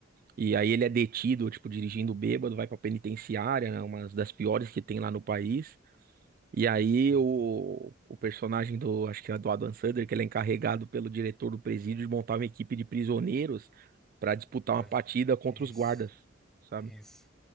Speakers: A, on the right; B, in the centre.
A: E aí ele é detido, tipo, dirigindo bêbado, vai pra penitenciária, né? Uma das piores que tem lá no país. E aí
B: Uhum.
A: o, o personagem do, acho que é do Adam Sandler, que ele é encarregado pelo diretor do presídio de montar uma equipe de prisioneiros pra disputar
B: Pode-
A: uma partida contra
B: Isso,
A: os guardas, sabe?
B: isso.